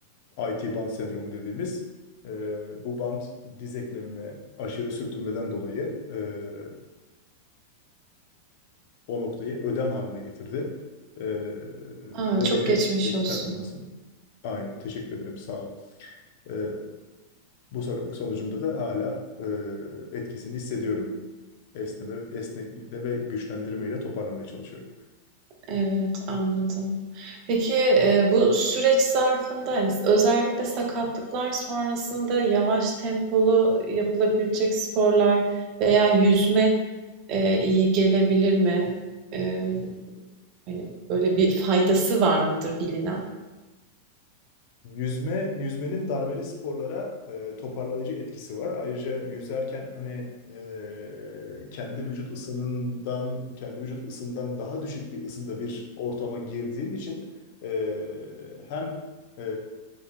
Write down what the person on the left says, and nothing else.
IT band sendromu dediğimiz. e, bu band diz eklemime aşırı sürtünmeden dolayı e, o noktayı ödem haline getirdi. Ee,
ve
beni,
benim
performansım aynı. Teşekkür ederim, sağ ol. Ee, bu sakatlık sonucunda da hala e, etkisini hissediyorum. Esneme, esneklikle ve güçlendirmeyle toparlamaya çalışıyorum.
Yüzme, yüzmenin darbeli sporlara e, toparlayıcı etkisi var. Ayrıca yüzerken hani e, kendi vücut ısınından, kendi vücut ısından daha düşük bir ısıda bir ortama girdiğin için e, hem e,